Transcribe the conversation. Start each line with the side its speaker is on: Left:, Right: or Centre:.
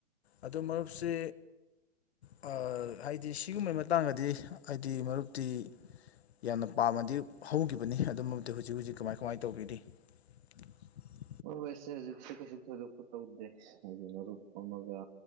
Left: ꯑꯗꯨ ꯃꯔꯨꯞꯁꯤ ꯑꯥ ꯍꯥꯏꯗꯤ ꯁꯤꯒꯨꯝꯕꯩ ꯃꯇꯥꯡꯗꯗꯤ ꯍꯥꯏꯗꯤ ꯃꯔꯨꯞꯇꯤ ꯌꯥꯝꯅ ꯄꯥꯝꯃꯗꯤ ꯍꯧꯈꯤꯕꯅꯤ ꯑꯗꯨꯝꯕꯤ ꯍꯧꯖꯤꯛ ꯍꯧꯖꯤꯛ ꯀꯃꯥꯏ ꯀꯃꯥꯏ ꯇꯧꯕꯤꯔꯤ <unintelligible> <inaudible>
Right: ꯃꯔꯣꯏ ꯑꯩꯁꯦ ꯍꯧꯖꯤꯛꯁ ꯀꯩꯁꯨ ꯊꯣꯏꯗꯣꯛꯄ ꯇꯧꯗꯦ ꯍꯥꯏꯗꯤ ꯃꯔꯨꯞ ꯑꯃꯒ